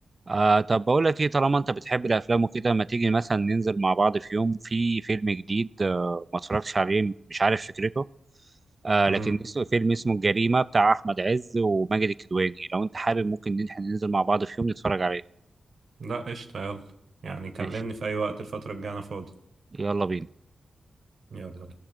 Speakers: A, on the right (about 40°); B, on the right (about 70°).
A: آه طب بقول لك إيه طالما أنت بتحب الأفلام وكده ما تيجي مثلا ننزل مع بعض في يوم في فيلم جديد آه ما اتفرجتش عليه مش عارف فكرته آه
B: امم
A: لكن اسمه فيلم اسمه الجريمة بتاع أحمد عز وماجد الكدواني لو أنت حابب ممكن إن إحنا ننزل مع بعض في يوم نتفرج عليه
B: لا قشطة يلا يعني كلمني
A: ماشي
B: في اي وقت الفترة الجاية انا فاضي
A: يلا بينا
B: يلا